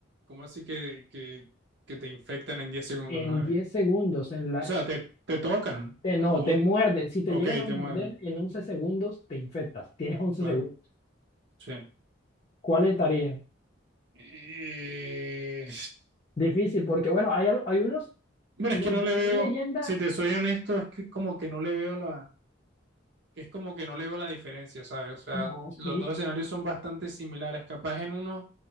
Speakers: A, on the right; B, on the left.
A: ¿cómo así que, que, que te infectan en 10 segundos?
B: en
A: A ver,
B: 10 segundos, en la...
A: O sea, te, te tocan
B: te- no,
A: o,
B: te muerden. Si te
A: ok,
B: llegan a
A: te
B: morder
A: muerden.
B: en once segundos, te infectas. Tienes 11
A: Claro,
B: segundos.
A: sí.
B: ¿Cuál estaría?
A: Eh,
B: Difícil, porque bueno, hay, al- hay unos,
A: Bueno,
B: los
A: es que no
B: de
A: le
B: Soy
A: veo,
B: Leyenda,
A: si te soy honesto, es que como que no le veo la, es como que no le veo la diferencia, ¿sabes? O sea,
B: no, sí,
A: los dos escenarios son bastante similares. Capaz en uno